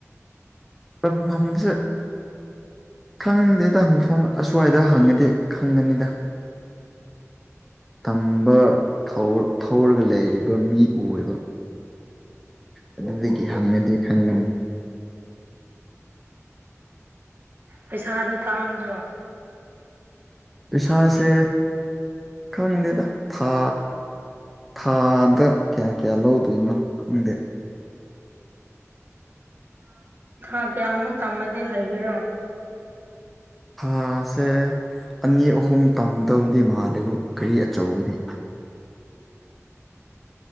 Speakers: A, in the centre; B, on the right.
A: ꯇꯝꯐꯝꯁꯦ ꯈꯪꯗꯦꯗ ꯃꯐꯝ ꯑꯁ꯭ꯋꯥꯏꯗ ꯍꯪꯉꯗꯤ ꯈꯪꯒꯅꯤꯗ <inaudible> ꯇꯝꯕ ꯊꯧꯔ ꯊꯧꯔꯒ ꯂꯩꯕ ꯃꯤ ꯎꯢꯑꯦꯕ ꯑꯗꯨꯗꯒꯤ ꯍꯪꯉꯗꯤ ꯈꯪꯒꯅꯤ
B: ꯄꯩꯁꯥꯗꯨ ꯇꯥꯡꯕꯗ꯭ꯔꯣ
A: ꯄꯩꯁꯥꯁꯦ ꯈꯪꯗꯦꯗ ꯊꯥ ꯊꯥꯗ ꯀꯌꯥ ꯀꯌꯥ ꯂꯧꯗꯣꯏꯅꯣ ꯈꯪꯗꯦ
B: ꯊꯥ ꯀꯌꯥꯃꯨꯛ ꯇꯝꯃꯗꯤ ꯍꯩꯒꯦꯔꯣ
A: ꯊꯥꯁꯦ ꯑꯅꯤ ꯑꯍꯨꯝ ꯇꯝꯒꯗꯧꯗꯤ ꯃꯥꯜꯂꯦꯕꯨ ꯒꯥꯔꯤ ꯑꯆꯧꯕꯗꯤ